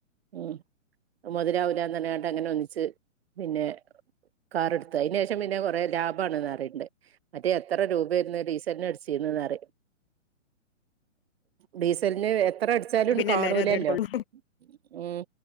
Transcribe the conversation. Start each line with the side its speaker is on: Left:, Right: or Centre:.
Right: ഉം മൊതലാവൂല തനെ അൻട്ട് ങ്ങനെ ഒന്നിച്ച് പിന്നെ കാറ് എടുത്ത് അയിന് ശേഷം പിന്നെ കൊറെ ലാഭാണ്ന്ന് പറയണ്ട് മറ്റ് എത്ര രൂപയാരുന്നു ഡീസലിന് അടിച്ചിരുന്നേന്ന് അറിയോ ഡീസലിന് എത് എത്ര അടിച്ചാലുണ്ട്
Left: പിന്നെ
Right: കാണൂലല്ലോ
Left: എല്ലാരും അത് എടുക്കുള്ളൂ
Right: ഉം